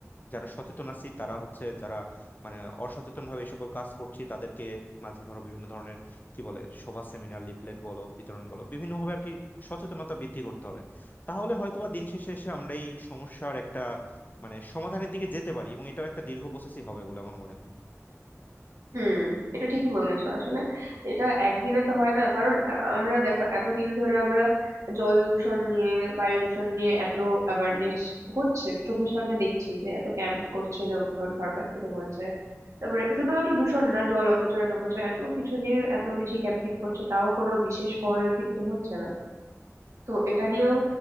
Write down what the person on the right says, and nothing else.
হুম এটা ঠিকই বলেছো আসলে এটা একদিনে তো হয় না কারণ আ- আমরা দেখো এতদিন ধরে আমরা জল দূষণ নিয়ে বায়ু দূষণ নিয়ে এত অ্যাওয়ারনেস হচ্ছে চোখের সামনে দেখছি যে এত ক্যাম্প করছে লোকজন সরকার থেকে বলছে তারপরে শুধুমাত্র দূষণ না জল অপচয় টপচয় এত কিছু নিয়ে এত বেশি ক্যাম্পিং করছে তাও কোনো বিশেষ ফল কিন্তু হচ্ছে না তো এটা নিয়েও